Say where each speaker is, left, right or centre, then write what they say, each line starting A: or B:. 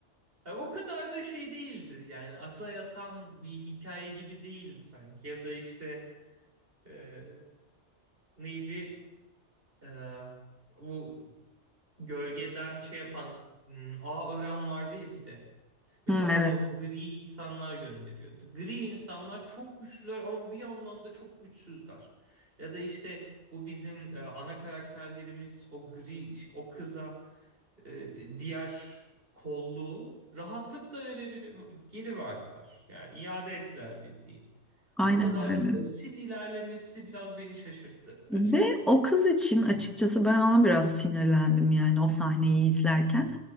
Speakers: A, on the right; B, in the centre.
A: e, o kadar da şey değildi. Yani akla yatan bir hikaye gibi değildi sanki. Ya da işte... Ee, neydi? Ee, bu gölgeden şey yapan hmm, A Ören vardı ya bir de. Mesela
B: Hı, evet.
A: o gri insanlar gönderiyordu. Gri insanlar çok güçlüler ama bir yandan da çok güçsüzler. Ya da işte bu bizim e, ana karakterlerimiz o gri o kıza e, diğer kolluğu rahatlıkla verebiliyor, geri verdiler. Yani iade ettiler bildiğin.
B: Aynen
A: Ha, bu kadar
B: öyle.
A: basit ilerlemesi biraz beni şaşırttı
B: Ve
A: açıkçası.
B: o kız için açıkçası ben ona biraz sinirlendim yani o sahneyi izlerken.